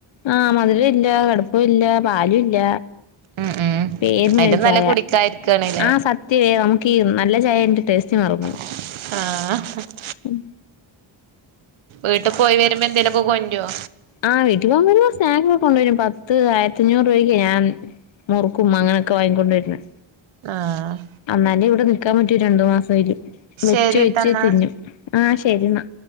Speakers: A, on the left; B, on the right.
A: ആഹ് മധുര ഇല്ല കടുപ്പവുല്ല പാലൂ ഇല്ല
B: ഉം ഉം
A: പേരിനൊരു
B: അയിലും
A: ചായ.
B: നല്ല കുടിക്കായിരിക്കാണ്ല്ലേ
A: ആഹ് സ ത്ത്യേ നമുക്കീ നല്ല ചായൻ്റ ടേസ്റ്റ് മറന്നോവും
B: ആഹ്
A: ഉം
B: വീട്ട് പോയി വരുമ്പോ എന്തേലൊക്കെ കൊണ്ട്ര്വോ?
A: ആഹ് വീട്ടി പോകുമ്പോ വരുമ്പോ സ്നാക്ക് ഒക്കെ കൊണ്ടുവരും പത്ത് ആയിരത്തിഞ്ഞൂറ് രൂപയ്ക്ക് ഞാൻ മുറുക്കും അങ്ങനെയൊക്കെ വാങ്ങിക്കൊണ്ട് വര്ണെ
B: ആഹ്
A: അന്നാലെ ഇവടെ നിക്കാൻ പറ്റൂ രണ്ടു മാസേലും. വെച്ച്
B: ശരിട്ടന്നാ
A: വെച്ച് തിന്നും. ആഹ് ശരി ന്നാ.